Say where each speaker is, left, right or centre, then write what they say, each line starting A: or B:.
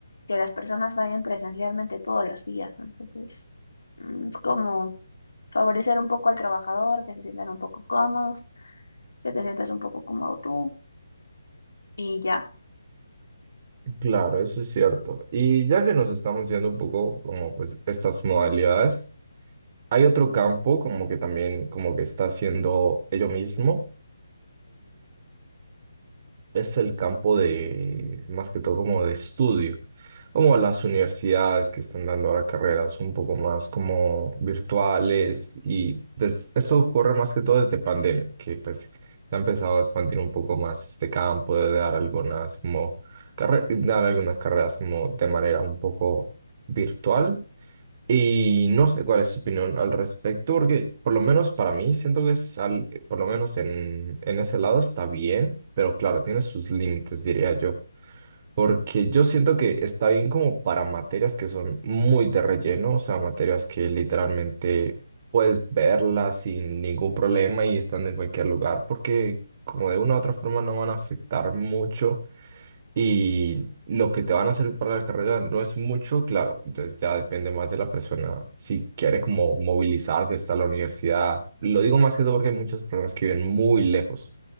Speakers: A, on the left; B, on the right.
A: que las personas vayan presencialmente todos los días, ¿no? Entonces, mm, es como favorecer un poco al trabajador, que se sientan un poco cómodos, que te sientas un poco cómodo tú y ya.
B: Claro, eso es cierto. Y ya que nos estamos yendo un poco como pues estas modalidades, hay otro campo como que también como que está haciendo ello mismo. es el campo de, más que todo como de estudio, como las universidades que están dando ahora carreras un poco más como virtuales y des- eso ocurre más que todo desde pandemia, que pues se ha empezado a expandir un poco más este campo de dar algunas como, carre- dar algunas carreras como de manera un poco virtual y no sé cuál es su opinión al respecto, porque por lo menos para mí siento que es al- por lo menos en, en ese lado está bien, pero claro, tiene sus límites, diría yo. Porque yo siento que está bien como para materias que son muy de relleno, o sea, materias que literalmente puedes verlas sin ningún problema y están en cualquier lugar, porque como de una u otra forma no van a afectar mucho y lo que te van a hacer para la carrera no es mucho, claro, entonces ya depende más de la persona si quiere como movilizarse hasta la universidad. Lo digo más que todo porque hay muchas personas que viven muy lejos